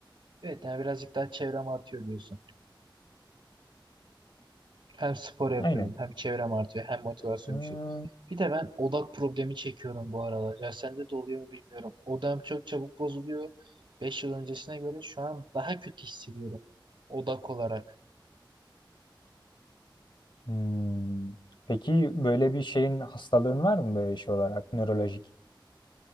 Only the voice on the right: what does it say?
Evet yani birazcık daha çevrem artıyor diyorsun. Hem spor yapıyorum
hem çevrem artıyor hem motivasyon
düşüyor. Bir de ben odak problemi çekiyorum bu aralar. Ya sende de oluyor mu bilmiyorum. Odam çok çabuk bozuluyor. beş yıl öncesine göre şu an daha kötü hissediyorum odak olarak.